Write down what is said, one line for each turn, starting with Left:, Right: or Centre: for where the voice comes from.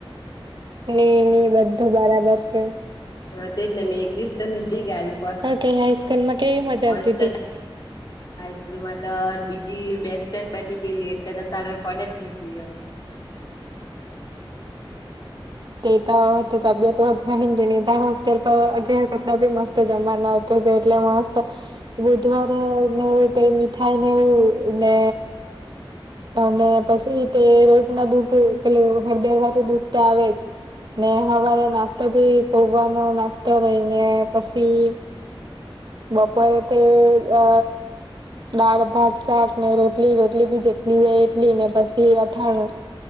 Right: નઈ, નઈ બધું બરાબર છે.
Left: હા, તે જ ને મે એક દિવસ તને ગાડી પર
Right: હ, ક હાઈસ્કૂલમાં કેવી મજા,
Left: મસ્ત
Right: આવતી હતીી
Left: હાઈસ્કૂલમાં બીજી બેસ્ટ ફ્રેન્ડ બની ગયલી, એટલે તો ત ફ જ નીકળી
Right: તે તો તો તબિયત વધવાની છે, હોસ્ટેલ પર અગ કરતા બી મસ્ત જમા નત એટલે મસ્ત બુધવારેવું ક મીઠાઈ, ને એવું ને અને પછી, તે રોજ ના દૂધ પે હળદમાંથી દૂધ, તો આવે જ ને હવારે નાસ્તો થી, પૌવાનો નાસ્તો રહીને પછી બપોરે, તે અ દાળ ભાત શાક ને રોટલી, રોટલી બી જેટલી જાય, એટલી ને પછી અથાણું